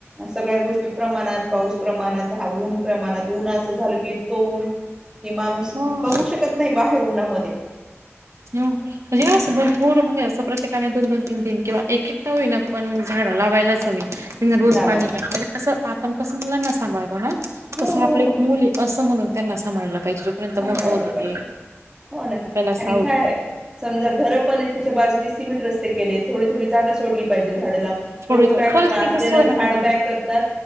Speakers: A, on the right; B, on the right.
A: सगळ्या गोष्टी प्रमाणात पाऊस प्रमाणात हा ऊन प्रमाणात ऊन झाल की इतकं ऊन कि माणूस
B: हम्म.
A: बघू शकत नाही बाहेर उन्हामध्ये
B: हो म्हणजे असं भरपूर म्हणजे असं प्रत्येकाने दोन दोन तीन तीन किंवा एकएक का होईना पण झाड लावायलाच हवी रोज
A: लावायलाच
B: पाणी टाकवं आपण कसं मुलाना सांभाळत हो ना
A: हो
B: तसं
A: हो
B: आपले
A: हो
B: एक मुल आहे असं म्हणून त्यांना सांभाळाय लागत
A: सांभाळायला
B: <inaudible> मोठं होतं ते
A: पाहिजे हो ना
B: आपल्याला असं
A: आणि काय समजा घरं पण आहे त्याच्या बाजूने सिमेंट रस्ते केले थोडी थोडी जागा सोडली पाहिजे झाडाला.
B: थोडी
A: लोक काय
B: थोडी खरंच
A: करतात
B: तिथं
A: असलेलं
B: सोडायला
A: झाड
B: पाहिजे
A: काय करतात